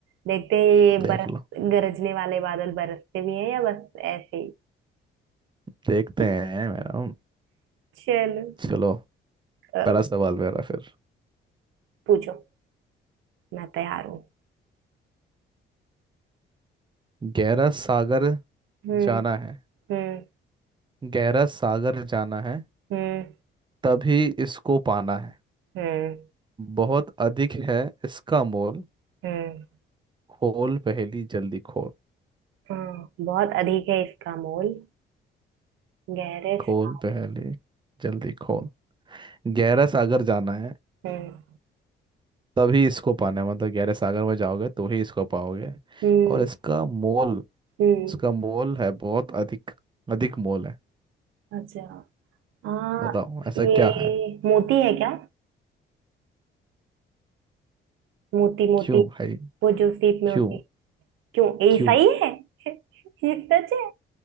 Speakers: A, on the right; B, on the right.
A: देखते हैं ये
B: देख
A: बरस
B: लो
A: गरजने वाले बादल बरसते भी हैं या बस ऐसे ही
B: देखते
A: <laughs>
B: हैं मैडम
A: चलो
B: चलो
A: अ,
B: पहला सवाल मेरा फिर
A: पूछो मैं तैयार हूँ
B: गहरा सागर
A: हम्म
B: जाना है
A: हम्म
B: गहरा सागर जाना है
A: हम्म
B: तभी इसको पाना है
A: हम्म
B: बहुत अधिक है इसका मोल
A: हम्म
B: खोल पहेली जल्दी खोल
A: हाँ, बहुत अधिक है इसका मोल गहरे
B: खोल
A: सा-
B: पहेली जल्दी खोल गहरा सागर जाना है
A: हम्म
B: तभी इसको पाना है मतलब गहरे सागर में जाओगे तो ही इसको पाओगे
A: हम्म
B: और इसका मोल
A: हम्म
B: इसका मोल है बहुत अधिक अधिक मोल है
A: अच्छा हाँ
B: बताओ ऐसा
A: ये
B: क्या है
A: मोती है क्या मोती मोती
B: क्यों भाई
A: वो जो सीप में होती
B: क्यों
A: है। क्यों ये
B: क्यों
A: सही है <laughs> ये सच है